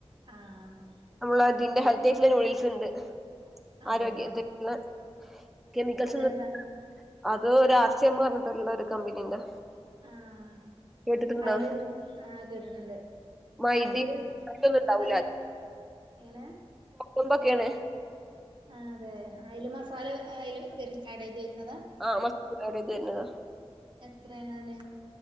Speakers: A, on the right; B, in the centre.
A: ആഹ്
B: നമ്മള അതിന്റെ
A: അൽ
B: ഹെൽത്തിയായിട്ടുള്ള നൂഡിൽസിണ്ട്
A: അതെ
B: ആരോഗ്യ ള്ള കെമിക്കൽസ്
A: അതേതാ
B: ഒന്നും അത് ഒരാർ സി എംന്ന് പറഞ്ഞിട്ടുള്ള ഒരു കമ്പനീന്റെ
A: ആഹ്
B: കേട്ടിട്ടുണ്ടോ
A: അതിലും ആഹ് കേട്ടിട്ടുണ്ട്
B: മൈദി
A: അതില്
B: ഇതൊന്നും ഉണ്ടാവൂല
A: അതിൽ എങ്ങനെ
B: എന്തൊക്കെയാണ്
A: ആഹ് അതെ അയില് മസാല അയില് വെരു ആഡ് ചെയ്ത് വരുന്നതാ
B: ആഹ് മസാല ആഡെയിതു വരുന്നതാ
A: എത്രയാണ് അതിന്